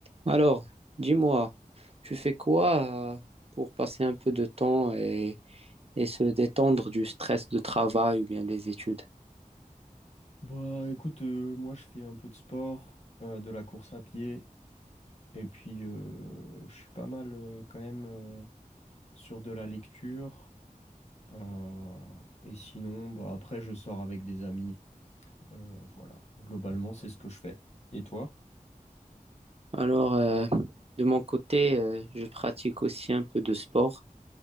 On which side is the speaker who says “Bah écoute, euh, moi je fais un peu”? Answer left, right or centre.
Left